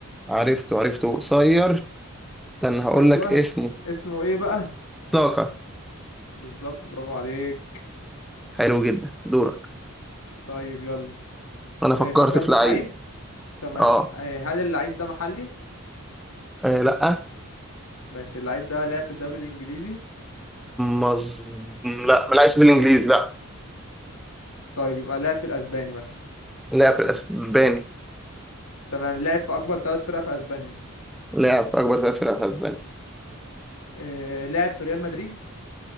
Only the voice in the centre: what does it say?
عرفته عرفته قصير استنى هقول
لك اسمه
ساكا
حلو جدا دورك
انا فكرت
في
لعيب
اه
آه، لا
مز... لا ما لعبش في الانجليزي لا
لعب في الاسباني
لعب في اكبر ثلاث فرق في اسبانيا